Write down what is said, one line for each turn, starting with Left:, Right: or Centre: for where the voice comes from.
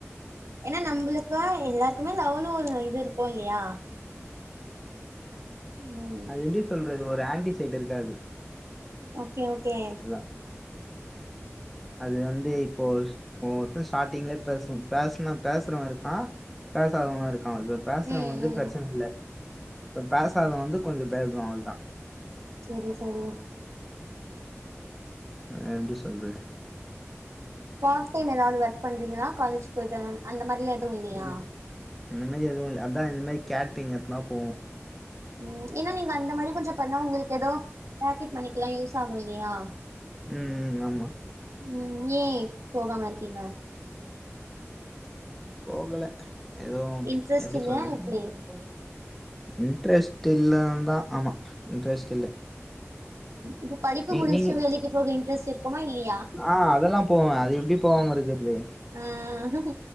Right: ஏனா நம்மளுக்கா எல்லார் க்கு லவனு ஒரு இது இருக்கு இல்லயா ம்
Centre: அது எப்டி சொல்றது ஒரு ஆன்டிசைடு இருக்காது
Right: ஓகே ஓகே
Centre: அதுதான் அது வந்து இப்போ ஸ் இப்போநாது ஸ்டாட்டிங்லயே பேச பேசன பேசுறவ இருக்கா பேசாதவனா இருக்கா அது பேசுறவ
Right: ம்
Centre: வந்து
Right: ம்
Centre: பிரச்சன இல்ல இப்ப பேசாதவ வந்து கொஞ்ச பேயப்டுவா அவ்ள தா
Right: செரி செரி
Centre: அ எப்டி சொல்றத்
Right: பார்ட் டைம் ஏதாது ஒர்க் பண்றீங்களா காலேஜ் போயிட் அந்த மாரிலா எது இல்லியா
Centre: இல்ல இந்த மாரி எது இல் அதா இந்த மாதி கேட்டிங் எத்னா போகு
Right: ம் ஏனா நீங்க அந்த மாரி கொஞ்ச பண்ணா உங்களுக் ஏதோ பேக்கெட் மணிக்கெல்லா யூஸ் ஆகு இல்லியா
Centre: ம் ம் ஆமா
Right: ம் ஏ போகாம இருக்கீங்க
Centre: போகல எதுவும்
Right: இன்ட்ரெஸ்ட்
Centre: எப்டி
Right: இல்லையா
Centre: சொல்றது
Right: எப்டி
Centre: இன்ட்ரெஸ்ட் இல்லான் தா ஆமா இன்ட்ரெஸ்ட் இல்ல
Right: இப்ப படிப்பு
Centre: நீ-
Right: முடிச்சுடு
Centre: நீங்க
Right: வேலைக்கி போக இன்ட்ரெஸ்ட் இருக்குமா இல்லியா
Centre: ஆ அதெல்லா போவே அது எப்டி போகாம இருக்கிற்து
Right: ஆஹ்